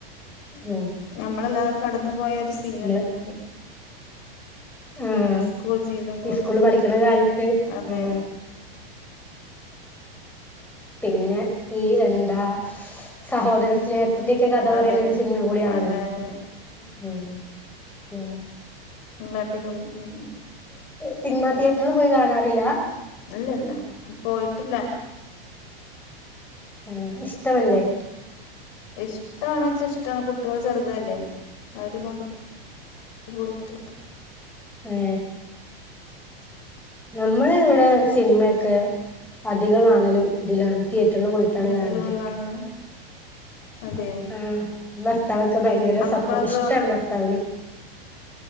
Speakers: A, in the centre; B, on the left (about 50°).
A: ഉം
B: നമ്മളെല്ലാരും കടന്നു പോയ ഒരു സീനന്നേണത്
A: ഉം ആഹ്
B: സ്കൂൾ ജീവിതം കോളേജ്
A: ഇസ്കൂള്
B: ജീവിതം
A: പഠിക്കണ കാലത്ത്
B: അതെ
A: ഉം പിന്നെ ഈ എന്താ സഹോദര സ്നേഹത്തിന്റെ ഒക്കെ കഥ പറയണ
B: അതെ
A: ഒരു സിനിമേം കൂടെ ആണല്ലോ
B: അതെ അതെ
A: ഉം ഉം
B: <unintelligible> അടിപൊളി സിൽമ
A: സിനിമാ തിയേറ്ററിൽ പോയി കാണാറില്ലാ?
B: ഇല്ലല്ല പോയിട്ടില്ല.
A: ഉം ഇഷ്ടമല്ലേ?
B: ഇഷ്ടാണെച്ചാ ഇഷ്ട്ടാണ് കുട്ട്യോള് ചെറുതല്ലേ അവരേം കൊണ്ട് പോയിട്ട്
A: ഏ നമ്മള് ഇവിടെ സിനിമയൊക്കെ അധികം കാണലും ഇതിലാണ് തിയേറ്ററില് പോയിട്ടാണ്
B: തിയേറ്ററിൽ
A: കാണല്
B: പോയി കാണില്ല അതെ
A: ആഹ് ന <unintelligible> ഭർത്താവൊക്ക ഭയങ്കര
B: മക്കളൊക്കെ
A: സപ്പോ ഇഷ്ട്ടാണ് ഭർത്താവിന്.